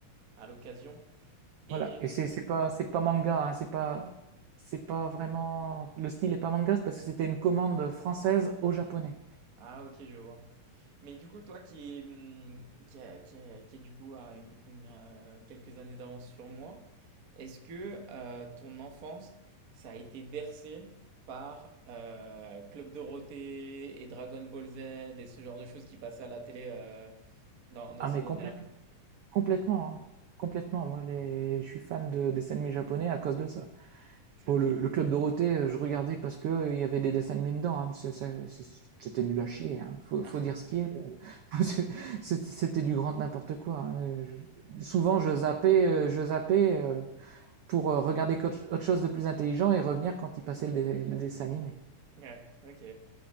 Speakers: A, on the right; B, on the right.
A: à l'occasion. Et...
B: Voilà. Et c'est, c'est pas, c'est pas manga, hein, c'est pas, c'est pas vraiment, le style est pas manga c'est parce que c'était une commande française au japonais.
A: Ah, ok, je vois. Mais du coup, toi qui est, hum, qui a- qui a- qui est du coup à une, une, euh, quelques années d'avance sur moi, est-ce que euh, ton enfance, ça a été bercé par euh, Club Dorothée et Dragon Ball Z et ce genre de choses qui passaient à la télé euh, dans, dans
B: Ah,
A: ces
B: mais complète-
A: années-là?
B: complètement, hein. Complètement. Moi, les, je suis fan de dessins animés japonais à cause de ça.
A: <laughs>
B: Bon, le, le Club Dorothée, euh, je regardais parce que euh, il y avait des dessins animés dedans, hein, mais c'est- c'est- c'est- c'était nul à chier, hein. Faut, faut
A: Ok. <laughs>
B: dire ce qui est. <laughs> C'était du grand n'importe quoi. hein. Je- Souvent, je zappais, euh, je zappais euh, pour euh, regarder autre chose de plus intelligent et revenir quand il passait le, le dessin animé.
A: Ouais, OK.